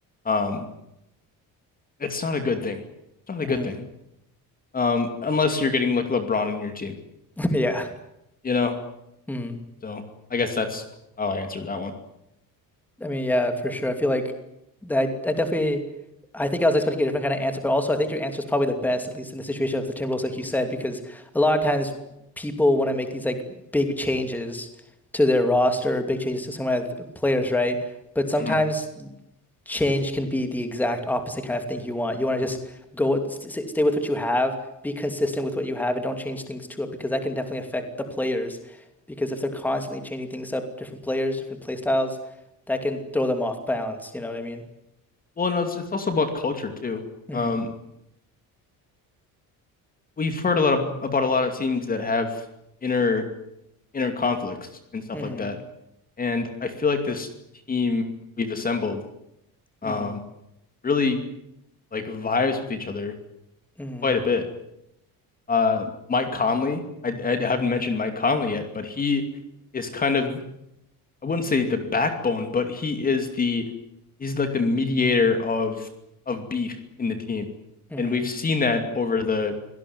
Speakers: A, on the left; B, in the centre.
A: um, it's not a good thing. It's not a
B: hmm
A: good thing. Um, unless you're getting like LeBron in your team,
B: <laughs> Yeah.
A: you know.
B: Mhm.
A: So I guess that's how I answered that one.
B: I mean, yeah, for sure. I feel like that I definitely I think I was expecting a different kind of answer, but also I think your answer is probably the best, at least in the situation of the Timberwolves, like you said, because a lot of times people want to make these like big changes to their roster, big changes to some of the players, right? But sometimes
A: Mhm.
B: change can be the exact opposite kind of thing you want. You want to just go with, st stay with what you have, be consistent with what you have, and don't change things too up because that can definitely affect the players. Because if they're constantly changing things up, different players, different play styles, that can throw them off balance. You know what I mean?
A: Well, no, it's, it's also about culture too.
B: Mm-hmm.
A: Um, We've heard a lot of, about a lot of teams that have inner inner conflicts and stuff
B: Mm-hmm.
A: like that. And I feel like this team we've assembled
B: Mm-hmm.
A: um, really like vibes with each other
B: Mm-hmm.
A: quite a bit. Uh, Mike Conley, I, I haven't mentioned Mike Conley yet, but he is kind of I wouldn't say the backbone, but he is the he's like the mediator of of beef in the team,
B: Mm-hmm.
A: and we've seen that over the